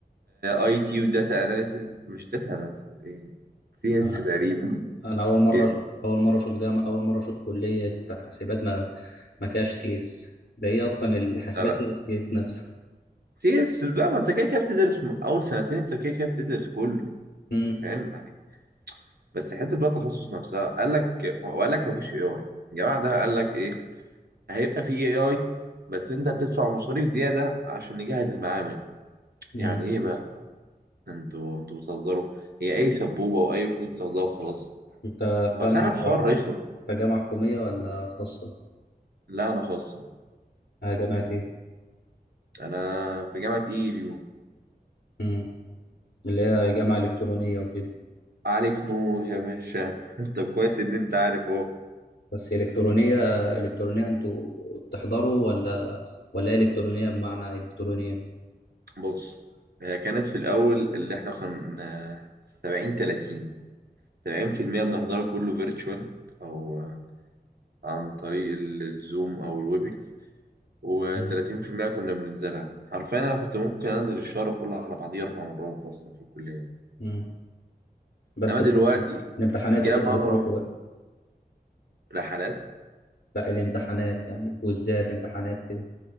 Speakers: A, on the right; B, on the left.
A: اي تي وداتا اناليسيس مش داتا اناليسيس ايه سي اس
B: انا
A: تقريبا
B: انا اول مره
A: يس
B: اشوف اول مره اشوف جامعه اول مره اشوف كليه حاسبات ما ما فيهاش سي اس ده ايه اصلا الحاسبات
A: لا لا
B: إيه السي اس نفسه
A: سي اس لا ما انت كده كده بتدرس م- اول سنتين انت كده كده بتدرس كله
B: <laughs>
A: انا فاهم معاك. بس حته بقى التخصص نفسها قال لك وقال لك ما فيش اي اي الجماعه ده قال لك ايه هيبقى في اي اي بس انت هتدفع مصاريف زياده عشان نجهز المعامل
B: امم
A: يعني ايه بقى انتوا انتوا بتهزروا هي اي سبوبه واي فلوس بتاخدوها وخلاص
B: انت في جامعة
A: فكان الحوار رخم
B: انت جامعة حكومية ولا خاصة؟
A: لا انا خاص
B: اه جامعة ايه؟
A: انا في جامعة ايديو
B: مم. اللي هي جامعة إلكترونية وكده
A: عليك نور يا باشا <laughs> طب كويس ان انت عارف اهو
B: بس إلكترونية إلكترونية انتوا بتحضروا ولا ولا هي إلكترونية بمعنى إلكترونية؟
A: بص هي كانت في الاول اللي احنا كنا 70 30 70% بنحضره كله فيرتشوال او عن طريق الزوم او الويبكس و30%
B: مم.
A: كنا بننزلها حرفيا انا كنت ممكن انزل الشهر كله على بعضيه اربع مرات اصلا في الكلية
B: مم. بس
A: انما
B: الامتحان-
A: دلوقتي
B: الامتحانات
A: جه
B: وكده
A: مرة
B: بتروحوا بقى
A: رحلات
B: لا الامتحانات يعني كويزات امتحانات كده